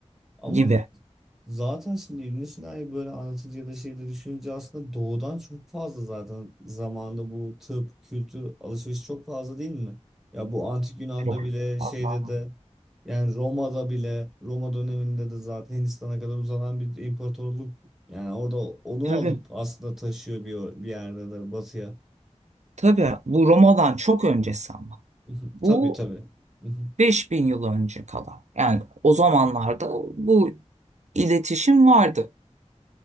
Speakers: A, in the centre; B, on the right.
A: Ama
B: gibi.
A: zaten şimdi İbn Sina'yı böyle anlatınca ya da şeyde düşününce aslında doğudan çok fazla zaten zamanında bu tıp, kültür, alışveriş çok fazla değil mi? Ya bu antik Yunan'da
B: Çok
A: bile
B: fazla.
A: şeyde de yani Roma'da bile Roma döneminde de zaten Hindistan'a kadar uzanan bir imparatorluk yani orada onu
B: Tabii
A: alıp aslında taşıyor bir, bir yerde de batıya.
B: tabii bu Roma'dan çok öncesi ama.
A: <laughs>
B: Bu
A: Tabii tabii. <laughs>
B: 5000 yıl önce kadar. Yani o zamanlarda bu iletişim vardı.